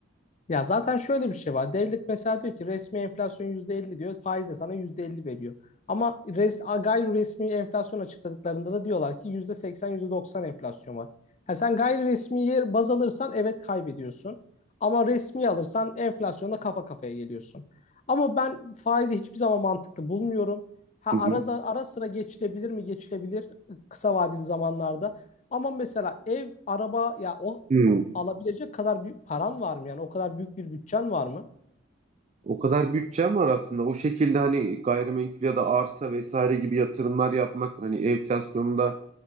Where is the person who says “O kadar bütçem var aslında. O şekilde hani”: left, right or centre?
Right